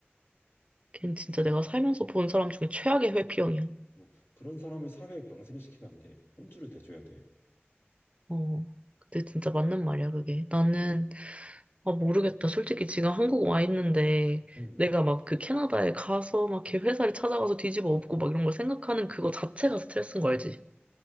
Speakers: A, on the right (about 30°); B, on the left (about 65°).
A: 걘 진짜 내가 살면서 본 사람 중에 최악의 회피형이야.
B: 어, 그런 사람을 사회에 방생시키면 안 돼. 혼쭐을 내줘야 돼.
A: 어. 근데 진짜 맞는 말이야, 그게. 나는 아, 모르겠다. 솔직히 지금 한국 와 있는데,
B: 응.
A: 내가 막 그 캐나다에 가서 막 걔 회사를 찾아가서 뒤집어 엎고 막 이런 걸 생각하는 그거 자체가 스트레스인 거 알지?